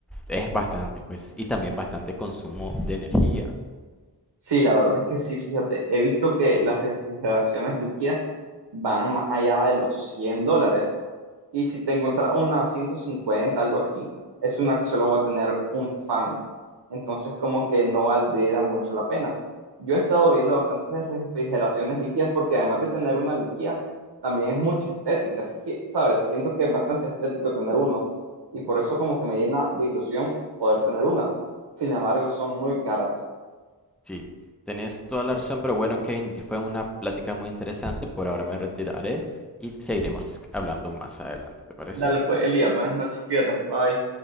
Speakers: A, in the centre; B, on the right.
A: es bastante, pues, y también bastante consumo de energía.
B: Sí, la verdad es que sí, fíjate, he visto que las refrigeraciones líquidas van más allá de los cien dólares Y si te encontrás una a 150, algo así, es una que solo va a tener un fan. Entonces, como que no valdría mucho la pena. Yo he estado viendo bastantes refrigeraciones líquidas porque además de tener una líquida, también es mucha estética, sí, ¿sabes? Siento que es bastante estético tener uno y por eso como que me llena de ilusión poder tener una. Sin embargo, son muy caras.
A: Sí, tenés toda la razón, pero bueno, Kane, fue una plática muy interesante. Por ahora me retiraré y seguiremos hablando más adelante, ¿te parece?
B: Dale pues, Elías, buenas noches, fíjate, bye.